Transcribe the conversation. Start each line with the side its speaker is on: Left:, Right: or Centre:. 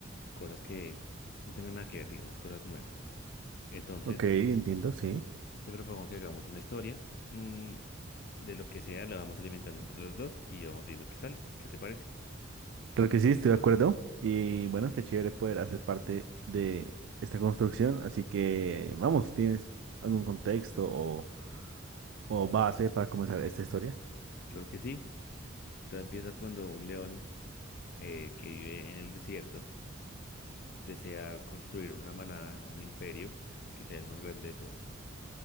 Left: cosas que no tengan nada que ver, digamos, cosas nuevas. Entonces,
Right: Ok, entiendo, sí.
Left: te propongo que hagamos una historia. mm, de lo que sea, la vamos alimentando entre los dos y vamos viendo qué sale. ¿Qué te parece?
Right: Creo que sí, estoy de acuerdo. Y bueno, qué chévere poder hacer parte de esta construcción. Así que, vamos, ¿tienes algún contexto o, o base para comenzar esta historia?
Left: Creo que sí. Todo empieza cuando un león eh, que vive en el desierto desea construir una manada, un imperio que sea el más grande de todos.